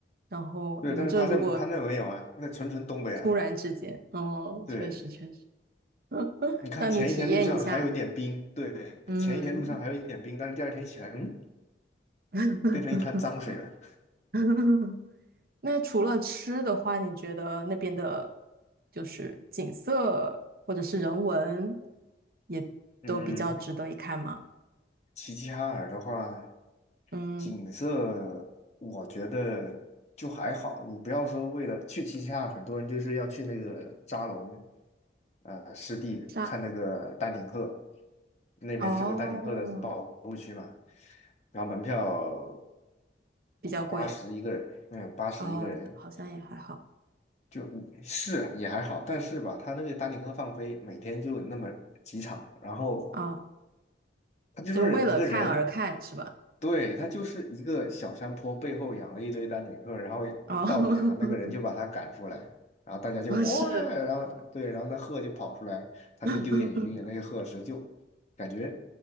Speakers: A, on the right (about 50°); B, on the left (about 35°).
A: 然后你们这如果
B: 对，但是他这他那没有啊，那纯纯东北啊。
A: 突然之间，哦，
B: 对，
A: 确实确实，<laughs>
B: 你看前一天路上还有一点冰，
A: 让你体验一下，
B: 对，
A: 嗯。
B: 前一天路上还有一点冰，但是第二天一起来，嗯，
A: <laughs>
B: 变成一滩脏水了。
A: <laughs> 那除了吃的话，你觉得那边的，就是景色或者是人文，也都比较值得一看吗？
B: 嗯，齐齐哈尔的话，
A: 嗯，
B: 景色我觉得就还好。你不要说为了去齐齐哈尔，很多人就是要去那个扎龙，呃，湿地看那个丹顶鹤，
A: 沙，
B: 那边是个丹顶鹤的保护区嘛，
A: 哦，
B: 然后门票
A: 比较贵，
B: 八十一个人，嗯，八十一个人，
A: 哦，好像也还好，
B: 就是也还好，但是吧，他那个丹顶鹤放飞，每天就那么几场，然后
A: 啊，
B: 他就是一个人。
A: 就为了看而看是吧？
B: 对，他就是一个小山坡背后养了一堆丹顶鹤，然后到点了，
A: 哦，<laughs>
B: 那个人就把他赶出来，然后大家就哇，
A: 哦是，
B: 然后对，然后那鹤就跑出来，他就丢点鱼给那些鹤吃，
A: <laughs>
B: 就感觉，